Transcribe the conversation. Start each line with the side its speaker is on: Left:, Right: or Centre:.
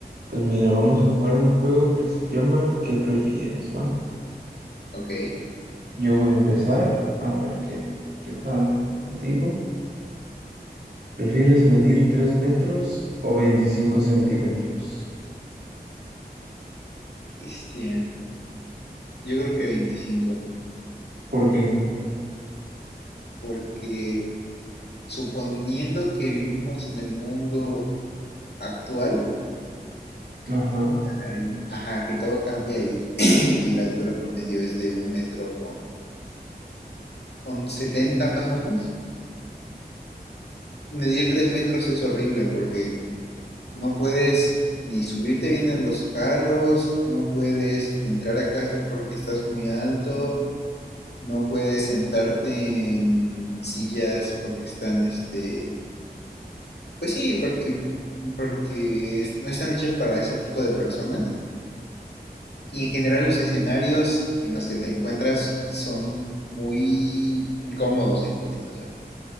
Right: Pues mira, vamos a jugar un juego que se llama ¿Qué prefieres, va?
Left: Ok,
Right: Yo voy a empezar a ver qué, qué tal contigo. ¿Prefieres medir 3 metros o 25 centímetros?
Left: bestia. Yo creo que 25,
Right: ¿Por qué?
Left: porque suponiendo que vivimos en el mundo actual,
Right: Ajá,
Left: en- ajá, que todo cambia y, <clears throat> y la altura promedio es de un metro con, con 70 más o menos, medir 3 metros es horrible porque no puedes ni subirte bien en los carros, no puedes entrar a casas porque estás muy alto, no puedes sentarte en sillas porque están, este Pues sí, porque, porque no están hechas para ese tipo de personas. Y en general los escenarios en los que te encuentras son muy incómodos en tu situación.